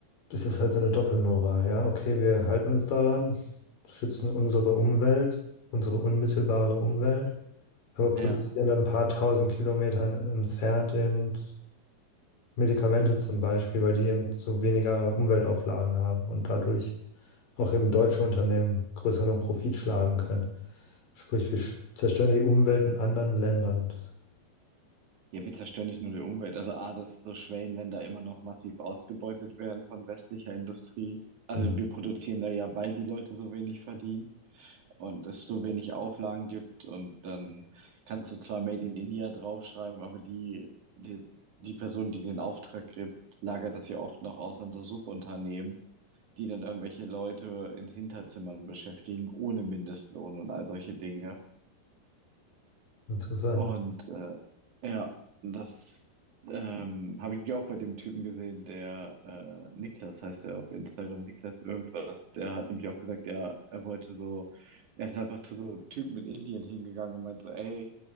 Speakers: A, on the left; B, on the right.
A: ist das halt so eine Doppelmoral. Ja, okay, wir halten uns daran, schützen unsere Umwelt, unsere unmittelbare Umwelt, aber
B: ja.
A: produzieren dann ein paar tausend Kilometern entfernt eben. Medikamente zum Beispiel, weil die eben so weniger Umweltauflagen haben und dadurch auch eben deutsche Unternehmen größeren Profit schlagen können. Sprich, wir sch- zerstören die Umwelt in anderen Ländern.
B: Ja, wir zerstören nicht nur die Umwelt. Also A, dass so Schwellenländer immer noch massiv ausgebeutet werden von westlicher Industrie. Also
A: Mhm.
B: wir produzieren da ja, weil die Leute so wenig verdienen und es so wenig Auflagen gibt. Und dann kannst du zwar Made in India draufschreiben, aber die, die, die Person, die den Auftrag gibt, lagert das ja oft noch aus an so Subunternehmen. die dann irgendwelche Leute in Hinterzimmern beschäftigen, ohne Mindestlohn und all solche Dinge.
A: Interessant.
B: Und äh, ja, das ähm, habe ich auch bei dem Typen gesehen, der äh, Niklas heißt er auf Instagram, Niklas irgendwas, der hat nämlich auch gesagt, ja, er wollte so, er ist einfach zu so Typen in Indien hingegangen und meinte so, ey,